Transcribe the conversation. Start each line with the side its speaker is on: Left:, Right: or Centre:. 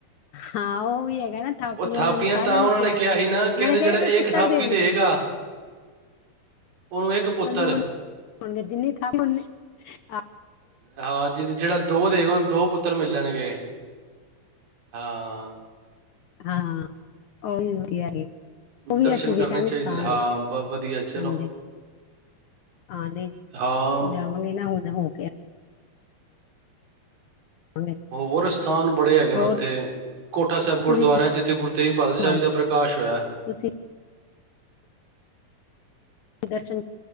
Left: ਹਾਂ ਉਹ ਵੀ ਹੈਗਾ ਨਾ ਥਾਪੀਆਂ
Right: ਉਹ
Left: ਉਹਨਾਂ ਨੇ ਸਾਰਿਆਂ
Right: ਤਾਂ
Left: ਨੂੰ
Right: ਉਹਨਾਂ
Left: ਕਿਹਾ
Right: ਨੇ
Left: ਉਹਨਾਂ
Right: ਸੀ ਨਾ ਕਹਿੰਦੇ
Left: ਨੇ ਕਿਹਾ
Right: ਜਿਹੜਾ
Left: ਮੇਰੇ
Right: ਇੱਕ
Left: ਪੁੱਤਰ
Right: ਥਾਪੀ
Left: ਦੇਣਗੇ
Right: ਦੇਗਾ ਉਹਨੂੰ ਇੱਕ ਪੁੱਤਰ
Left: ਸਾਨੂੰ ਹੁਣ ਹੋਣਗੇ ਜਿੰਨੀ ਥਾਂ ਵਿੱਚ, ਆ
Right: ਹਾਂ, ਜਿ-ਜਿਹੜਾ ਦੋ ਦੇਖ ਹੁਣ ਦੋ ਪੁੱਤਰ ਮਿਲਣਗੇ, ਹਾਂ।
Left: ਹਾਂ, ਉਹਵੀ ਵਧੀਆ ਉਹ ਵੀ
Right: ਦਰਸ਼ਨ
Left: ਅਸੀਂ
Right: ਕਰਨੇ
Left: ਵਿਖਾਣੀ
Right: ਚਾਹੀਦੇ
Left: ਸਤਾਨ
Right: ਨੇ ਹਾਂ
Left: ਆਏ,
Right: ਬ ਵਧੀਆ ਚਲੋ
Left: ਹਾਂਜੀ, ਹਾਂ-ਨਹੀਂ,
Right: ਹਾਂ।
Left: ਜਾਵਾਂਗੇ ਨਾ ਹੁਣ ਹੋ ਕੇ ਆਵਾਂਗੇ
Right: ਹੋਰ ਸਥਾਨ ਬੜੇ ਹੈਗੇ ਨੇ
Left: ਹੋਰ
Right: ਉੱਥੇ ਕੋਠਾ ਸਾਹਿਬ ਗੁਰਦੁਆਰਾ
Left: ਤੁਸੀਂ
Right: ਜਿੱਥੇ ਗੁਰੂ ਤੇਗ ਬਹਾਦਰ
Left: ਸੁਣਾਓ
Right: ਸਾਹਿਬ ਜੀ ਦਾ ਪ੍ਰਕਾਸ਼ ਹੋਇਆ ਹੈ।
Left: ਤੁਸੀਂ ਦਰਸ਼ਨ